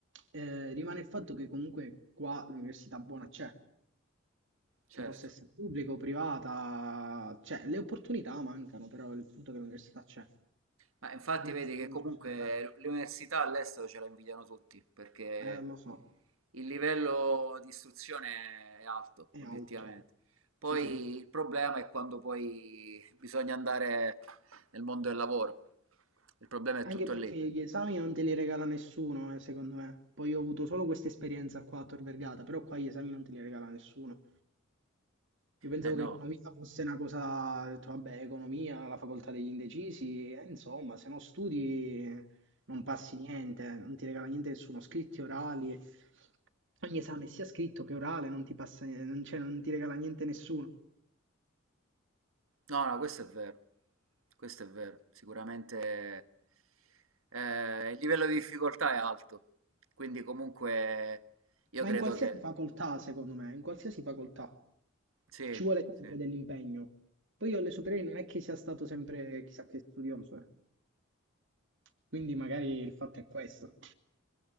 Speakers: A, on the right; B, on the right.
A: eh, rimane il fatto che comunque qua l'università buona c'è,
B: certo.
A: che possa essere pubblica o privata, cioè le opportunità mancano, però il punto è che l'università c'è. A
B: Ma infatti
A: me
B: vedi che
A: non
B: comunque
A: ci sono idee.
B: le università all'estero ce la invidiano tutti, perché
A: Eh, lo so,
B: il livello di istruzione è alto,
A: è
B: obiettivamente.
A: alto.
B: Poi
A: Sì, sì.
B: il problema è quando poi bisogna andare nel mondo del lavoro. Il problema è tutto
A: Anche perché
B: lì.
A: gli esami non te li regala nessuno, eh, secondo me. Poi io ho avuto solo questa esperienza qua a Tor Vergata, però qua gli esami non te li regala nessuno. Io pensavo
B: Eh no,
A: che economia fosse una cosa, ho detto, vabbè, economia, la facoltà degli indecisi, eh, insomma, se non studi non passi niente, non ti regala niente nessuno, scritti orali, ogni esame sia scritto che orale non ti passa, non, cioè, non ti regala niente nessuno.
B: no, no, questo è vero. Questo è vero. Sicuramente eh, il livello di difficoltà è alto. Quindi comunque io
A: Ma
B: credo
A: in qualsiasi
B: che...
A: facoltà, secondo me, in qualsiasi facoltà
B: Sì,
A: ci vuole sempre
B: sì.
A: dell'impegno. Poi io alle superiori non è che sia stato sempre chissà che studioso, eh. Quindi magari il fatto è questo.